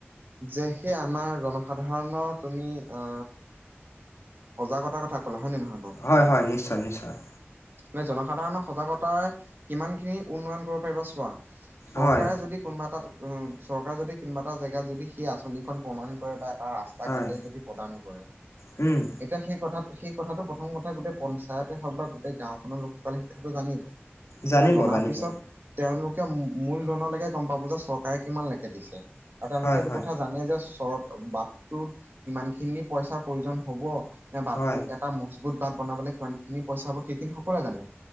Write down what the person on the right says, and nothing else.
যে সেই আমাৰ জনসাধাৰণৰ তুমি অ সজাগতা ক'থা কলা হয় নহয় বাৰু
মানে জনসাধাৰণক সজাগতাৰ কিমান খিনি উন্নয়ন কৰিব পাৰিবা চোৱা চৰকাৰে
যদি কোনোবা এটা উম চৰকাৰে যদি কোনোবা এটা জেগাত যদি সেই আঁচনিখন প্ৰণয়ন কৰে বা এটা ৰাস্তা বা
ঘাটে যদি প্ৰদান কৰে
এতিয়া সেই কথা সেই কথাটো প্ৰথম কথা গোটেই পঞ্চায়তে হওক বা গোটেই গাঁওখনৰ লোকসকলে সেই কথাটো জানিব।
অ জনাৰ
পিছত তেওঁলোকে মূল ধনলৈকে গম পাব যে চৰকাৰে কিমান লেকে দিছে আৰু তেওঁলোকে
এইটো
কথা জানে যে চৰ বাটটোত ইমান খিনি পইচাৰ প্ৰয়োজন হ'ব নে বাটটো
এ এটা মজবুত বাট বনাবলৈ কিমান খিনি পইছা হ'ব সেইখিনি সকলোৱে জানে।